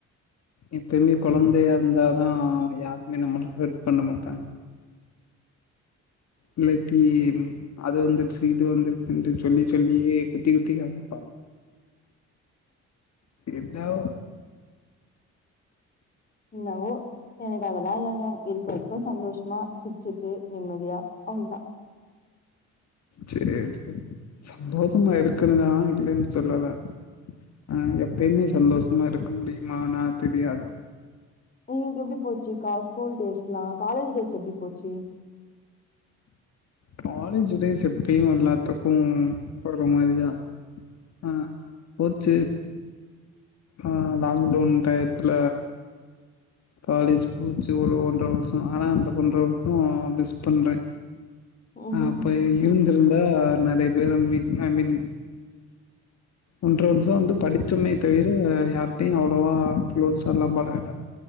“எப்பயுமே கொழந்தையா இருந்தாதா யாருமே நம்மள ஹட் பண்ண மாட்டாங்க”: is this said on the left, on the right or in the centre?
Left